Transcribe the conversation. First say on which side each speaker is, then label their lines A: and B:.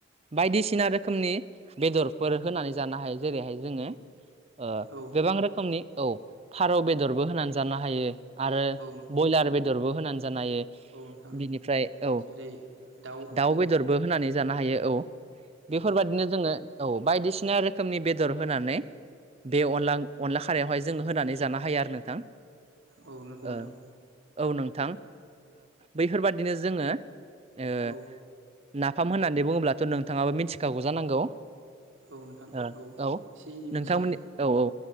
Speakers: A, on the right; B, on the right.
A: बायदिसिना रोखोमनि बेदरफोर होनानै जानो हायो जेरैहाय जोङो ओ
B: औ
A: गोबां रोखोमनि औ फारौ बेदरबो होनानै जानो हायो आरो
B: औ नोंथां
A: बयलार बेदरबो होनानै जानो हायो।
B: औ नोंथां
A: बिनिफ्राय औ
B: जेरै
A: दाउ
B: औ
A: बेदरबो
B: नोंथां
A: होनानै जानो हायो। औ बेफोरबादिनो
B: औ
A: जोङो औ बायदिसिना रोखोमनि बेदर होनानै बे अनला अनला खारायावहाय जोङो होनानै जानो हायो आरो नोंथां।
B: औ नोंगौ नोंथां
A: ओ औ नोंथां बैफोरबादिनो जोङो ओ
B: औ
A: नाफाम होननानै बुङोब्लाथ' नोंथाङाबो मिथिखागौ जानांगौ?
B: औ नोंथां
A: औ
B: एसे एनै मिथिगौ
A: नोंथांमोननि औ औ।